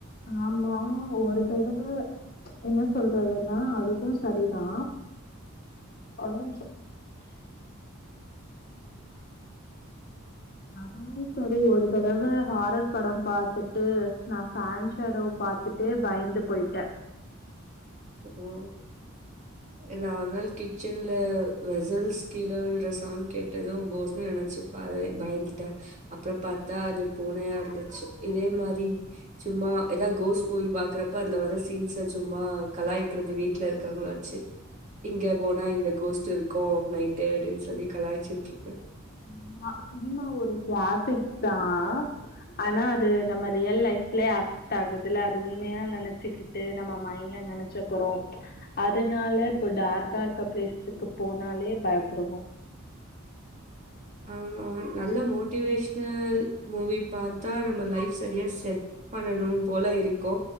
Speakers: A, on the left; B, on the right.
A: ஆமா ஒரு தடவ என்ன சொல்றதுன்னா அதுக்கு சரிதா ஒரே நிமிஷொ அதா சரி ஒரு தடவ ஹாரர் படம் பாத்துட்டு நா ஃபேன் ஷடோவ பாத்துட்டு பயந்து போயிட்டே
B: ஓ நா ஒரு நாள் கிச்சன்ல வெசல்ஸ் கீழவுலற சவுண்ட் கேட்டது கோஸ்ன்னு நெனைச்சு பத பயந்துட்டே அப்பற பாத்தா அது பூனையா இருந்துச்சு இதே மாரி சும்மா ஏதா கோஸ் மூவி பாக்கறப்ப அதுல வர சீன்ஸ்ஸ சும்மா கலாய்கிறது வீட்டுல இருக்கவங்க வச்சு இங்க போனா இந்த கோஸ்ட் இருக்கு நைட் அப்டின்னு சொல்லி கலாயச்சுட்டு இருப்பே
A: சும்மா சினிமா ஒரு கிளாஃபிக்ஸ் தா அ ஆனா அது நம்ம ரியல் லைஃப்லே அஃபெக்ட் ஆகுதுல அது உண்மையா நெனச்சுக்கிட்டு நம்ம மைண்ட்ல நெனச்சுக்குறோ அதனால இப்ப டார்க்கா இருக்க பிளேஸ்க்கு போனாலே பயப்புடுவோ
B: ஆமா நல்ல மோட்டிவேஷனல் மூவி பாத்தா நம்ம லைஃப் சரியா செட் பண்ணணும் போல இருக்கு